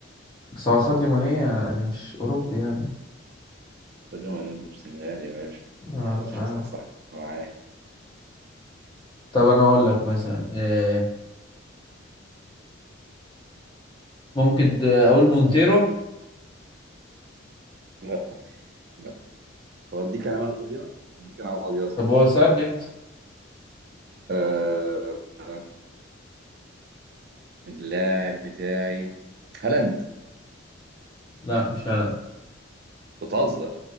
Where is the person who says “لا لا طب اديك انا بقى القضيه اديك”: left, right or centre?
Right